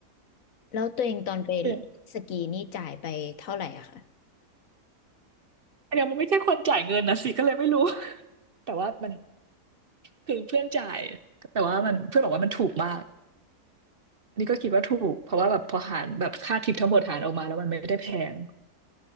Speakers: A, on the left (about 65°); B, on the right (about 45°).
A: แล้วตัวเองตอนไป
B: เออ
A: สกีนี่จ่ายไปเท่าไหร่อะคะ
B: อันเนี้ยมันไม่ใช่คนจ่ายเงินนะสิก็เลยไม่รู้ <laughs> แต่ว่ามันคือเพื่อนจ่ายแต่ว่ามันเพื่อนบอกว่ามันถูกมาก อันนี้ก็คิดว่าถูกเพราะว่าแบบพอหารแบบค่าทิปทั้งหมดหารออกมาแล้วมันไม่ได้แพง